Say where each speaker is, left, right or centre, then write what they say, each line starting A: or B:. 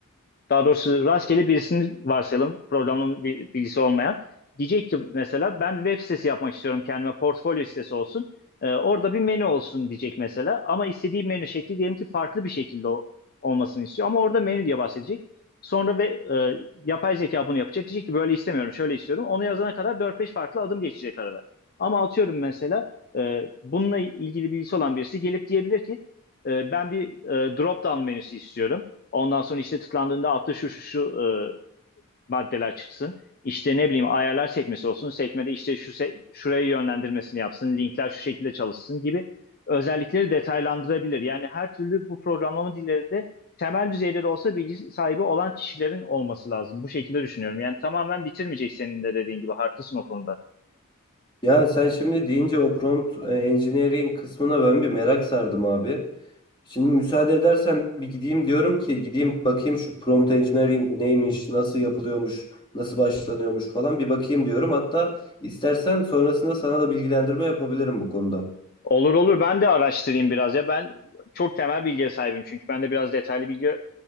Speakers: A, on the left; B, on the left.
A: daha doğrusu rastgele birisini varsayalım. Programlama bilgisi olmayan. Diyecek ki mesela ben bir web sitesi yapmak istiyorum kendime. Portfolyo sitesi olsun. Ee, orada bir menü olsun diyecek mesela. Ama istediği menü şekli diyelim ki farklı bir şekilde o- olmasını istiyor. Ama orada menü diye bahsedecek. Sonra ve e, yapay zeka bunu yapacak. Diyecek ki böyle istemiyorum, şöyle istiyorum. Onu yazana kadar dört beş farklı adım geçecek arada. Ama atıyorum mesela e, bununla ilgili bilgisi olan birisi gelip diyebilir ki e, ben bir e, drop down menüsü istiyorum. Ondan sonra işte tıklandığında altta şu şu şu e, maddeler çıksın. İşte ne bileyim ayarlar sekmesi olsun. Sekmede işte şu se- şuraya yönlendirmesini yapsın. Linkler şu şekilde çalışsın gibi özellikleri detaylandırabilir. Yani her türlü bu programlama dillerinde temel düzeyleri olsa bilgi sahibi olan kişilerin olması lazım. Bu şekilde düşünüyorum. Yani tamamen bitirmeyecek senin de dediğin gibi. Haklısın o konuda.
B: Ya sen şimdi deyince o prompt e, engineering kısmına ben bir merak sardım abi. Şimdi müsaade edersen bir gideyim diyorum ki gideyim bakayım şu prompt engineering neymiş, nasıl yapılıyormuş, nasıl başlanıyormuş falan bir bakayım diyorum. Hatta istersen sonrasında sana da bilgilendirme yapabilirim bu konuda.
A: Olur olur ben de araştırayım biraz ya. Ben çok temel bilgiye sahibim çünkü. Ben de biraz detaylı bilgi